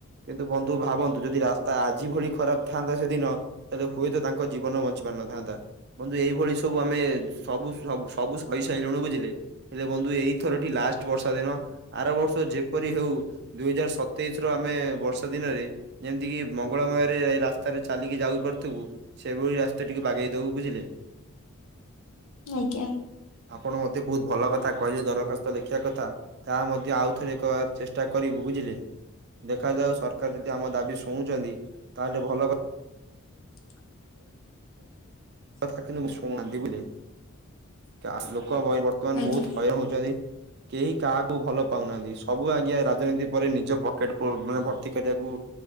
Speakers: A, on the right; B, on the left.
A: କିନ୍ତୁ ବନ୍ଧୁ ଭାବନ୍ତୁ ଯଦି ରାସ୍ତା ଆଜି ଭଳି ଖରାପ ଥାନ୍ତା ସେଦିନ ତାହେଲେ ହୁଏତ ତାଙ୍କ ତାଙ୍କ ଜୀବନ ବଞ୍ଚି ପାରିନଥାନ୍ତା। ବନ୍ଧୁ ଏଇଭଳି ସବୁ ଆମେ ସବୁ ସବୁ ସବୁ ସହି ସାରିଲୁଣିୁ ବୁଝିଲେ। ହେଲେ ବନ୍ଧୁ ଏଇଥରଟି ଲାଷ୍ଟ ବର୍ଷା ଦିନ ଆର ବର୍ଷ ଯେପରି ହଉ ଦୁଇ ହଜାର ସତ ସତେଇଶ ର ଆମେ ବର୍ଷା ଦିନରେ ଯେମିତିକି ମଙ୍ଗଳମୟରେ ଏଇ ରାସ୍ତାରେ ଚାଲିକି ଯାଉପାରୁଥିବୁ ସେଭଳି ରାସ୍ତା ଟିକେ ବାଗେଇଦବୁ ବୁଝିଲେ।
B: ଆଜ୍ଞା।
A: ଆପଣ ମତେ ବହୁତ ଭଲ କଥା କହିଲେ ଦରଖାସ୍ତ ଲେଖିବା କଥା। ତାହା ମଧ୍ୟ ଆଉଥରେ ଏକ ଚେଷ୍ଟା କରିବୁ ବୁଝିଲେ। ଦେଖାଯାଉ ସରକାର ଯଦି ଆମ ଦାବି ଶୁଣୁଛନ୍ତି ତାହେଲେ ଭଲ କଥା।
B: <inaudible> <inaudible>
A: କଥା କିନ୍ତୁ ମୁ ଶୁଣୁନାହାନ୍ତି ବୁଝିଲେ ଗାଁ ଲୋକ ବର୍ତ୍ତମାନ୍
B: ଆଜ୍ଞା
A: ବହୁତ୍ ହଇରାଣ ହଉଛନ୍ତି। କେହି କାହାକୁ ଭଲ ପାଉନାହାନ୍ତି ସବୁ ଆଜ୍ଞା ରାଜନୀତି ପରେ ନିଜ ପକେଟ ମାନେ ଭର୍ତ୍ତି କରିବାକୁ